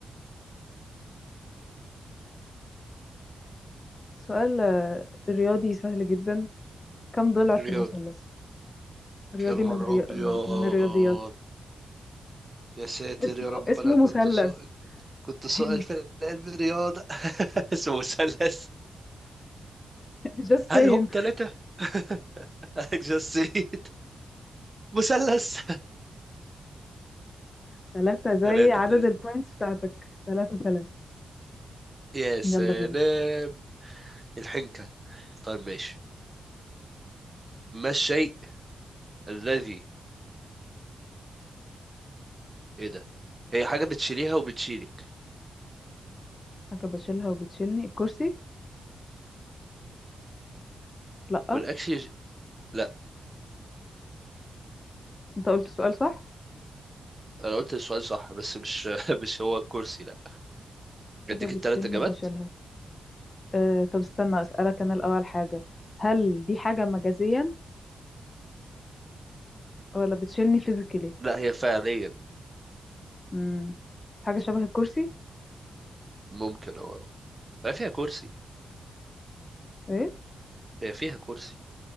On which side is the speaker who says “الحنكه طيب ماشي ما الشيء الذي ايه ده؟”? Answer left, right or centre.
Right